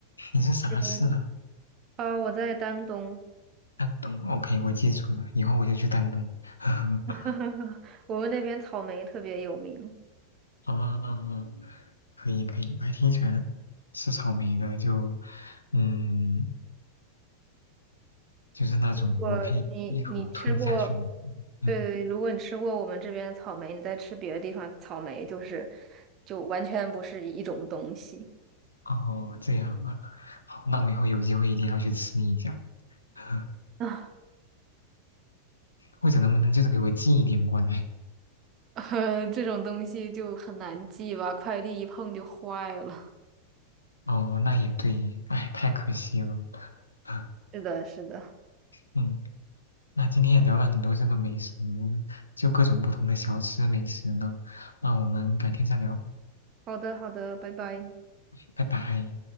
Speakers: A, on the left (about 75°); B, on the right (about 35°).
A: 你是啥市啊？
B: 嗯，呃，我在丹东，
A: 丹东，OK，我记住了，以后我就去丹东。<laughs>
B: <laughs> 我们那边草莓特别有名。
A: 啊啊啊，可以可以，我还挺喜欢吃草莓的，就嗯，就是那种我可以一口吞下去的。
B: 我你你吃过？
A: 嗯，
B: 对对，如果你吃过我们这边的草莓，你再吃别的地方草莓，就是就完全不是一种东西。
A: 哦，这样啊，好，那我以后有机会一定要去吃一下，<laughs>
B: <laughs> 啊。
A: 或者能不能就是给我寄一点过来？
B: <laughs> 呃，这种东西就很难记吧，快递一碰就坏了。
A: 哦，那也对，哎，太可惜了。<laughs>
B: 是的，是的。
A: 嗯，那今天也聊了很多这个美食，就各种不同的小吃美食呢，那我们改天再聊。
B: 好的，好的，拜拜。
A: 拜拜。